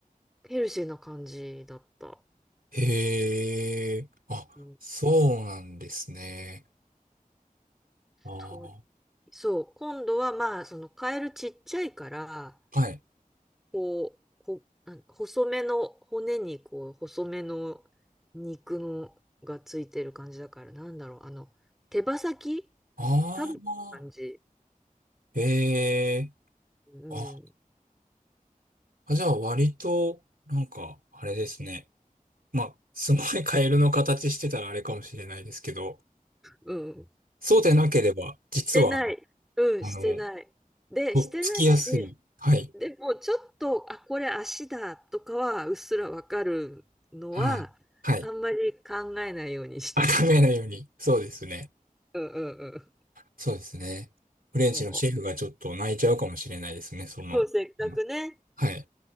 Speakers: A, in the centre; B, on the right.
A: ヘルシーな感じだった、
B: へえ、あ、
A: うん、
B: そうなんですね。ああ
A: 鳥そう今度はまあそのカエルちっちゃいから
B: はい。
A: こう、こ、あ細めの骨にこう、細めの肉のがついてる感じだから、なんだろう、あの、手羽先
B: ああ、
A: 食べた感じ。
B: へえ、
A: うん、
B: あ、あじゃあ割と、なんか、あれですね。まあ、すごいカエルの形してたらあれかもしれないですけど、
A: うん。し
B: そうでなければ、実は、
A: てない。うん、
B: あの、
A: してない。で、
B: とっつきやすい。
A: してないし、
B: はい。
A: でもちょっと、あ、これ足だとかはうっすらわかるのは、
B: あ、はい。
A: あんまり考えないようにしてた。
B: あ、考えないように。そうですね。
A: うんうんうん。
B: そうですね。フレンチのシェフがちょっと泣いちゃうかもしれないですね、
A: そう。
B: その。
A: そう、せっかくね。
B: うんはい。